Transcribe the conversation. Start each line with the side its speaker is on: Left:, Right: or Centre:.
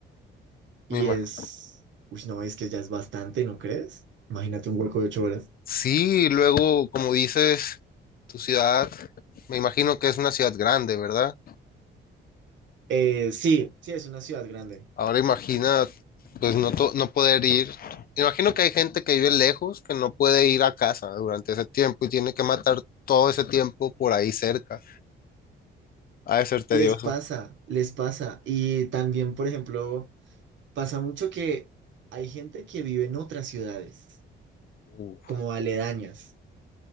Right: y
Left: me imagino.
Right: es, uy, no, es que ya es bastante, ¿no crees? Imagínate un hueco de ocho horas.
Left: Sí, luego, como dices, tu ciudad, me imagino que es una ciudad grande, ¿verdad?
Right: Eh, sí, sí, es una ciudad grande.
Left: Ahora imagina, pues no, to- no poder ir. Imagino que hay gente que vive lejos, que no puede ir a casa durante ese tiempo y tiene que matar todo ese tiempo por ahí cerca. Ha de ser tedioso.
Right: Les pasa, les pasa. Y también, por ejemplo, pasa mucho que hay gente que vive en otras ciudades.
Left: Uf,
Right: como aledañas.